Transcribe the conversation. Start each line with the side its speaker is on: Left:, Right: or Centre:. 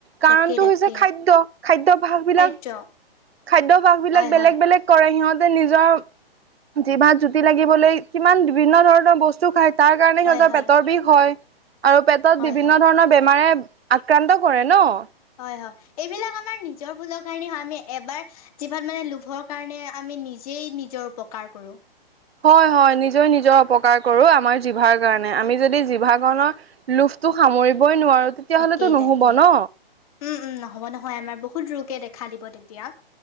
Right: কাৰণটো
Left: তাকে তাকে
Right: হৈছে খাদ্য। খাদ্যভাসবিলাক,
Left: খাদ্য
Right: খাদ্যভাসবিলাক
Left: হয়
Right: বেলেগ
Left: হয়
Right: বেলেগ। কৰে, সিহঁতে নিজৰ জিভাত জুতি লাগিবলৈ কিমান বিভিন্ন ধৰণৰ বছ তো খায়, তাৰ কাৰণে
Left: হয়
Right: সিহঁতৰ
Left: হয়
Right: পেটৰ বিষ হয় আৰু পেটত
Left: হয়
Right: বিভিন্ন
Left: হয়
Right: ধৰণৰ বেমাৰে আক্ৰান্ত কৰে ন'।
Left: হয় হয়। এইবিলাক আমাৰ নিজৰ ভুলৰ কাৰণে হয়, আমি এবাৰ জিভাত মানে লোভৰ কাৰণে আমি নিজেই নিজৰ অপকাৰ কৰোঁ।
Right: হয় হয়, নিজই নিজৰ অপকাৰ কৰোঁ আমাৰ জিভাৰ কাৰণে। আমি যদি জিভাখনক লোভটো সামৰিবই নোৱাৰো তেতিয়াহ'লেতো
Left: তাকে
Right: নুহুব
Left: তাকে।
Right: ন
Left: উম, উম, নহ'ব নহয়, আমাৰ বহুত ৰোগে দেখা দিব তেতিয়া।